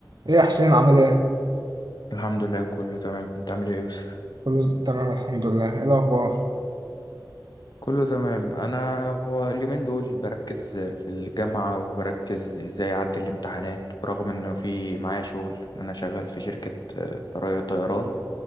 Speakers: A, on the right; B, on the left.
A: ايه يا حسين عامل ايه؟
B: الحمد لله كله تمام انت عامل ايه يا يوسف
A: كله ز- تمام الحمد لله، ايه الأخبار؟
B: كله تمام انا هو اليومين دول بركز في الجامعة وبركز ازاي اعدي الامتحانات برغم انه في معايا شغل انا شغال في شركة آه، طرا- طيران